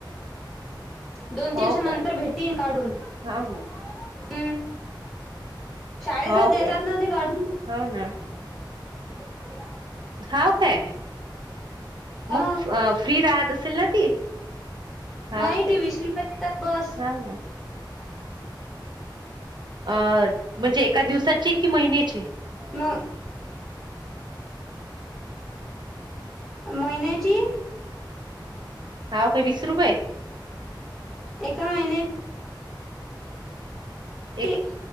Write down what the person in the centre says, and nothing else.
दोन तीन
दिवसानंतर
भेटीन काढून.
हुं शाळेतच
देतात
ना ते काढून.
तूच खाली बस
हा
नाही
ते वीस रुपये घेतात बस.
मग महिन्याची
एका महिन्यात
ते